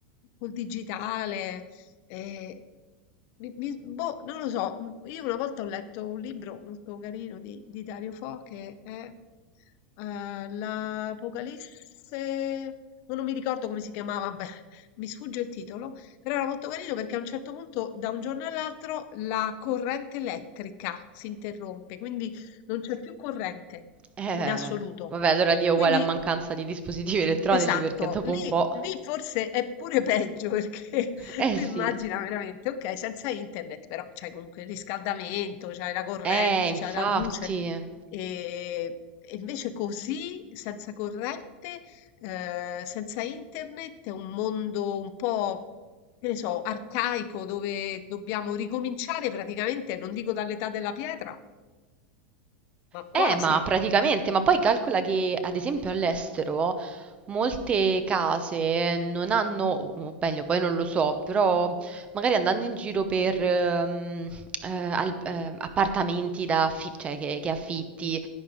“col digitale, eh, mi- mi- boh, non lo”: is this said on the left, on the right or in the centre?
Left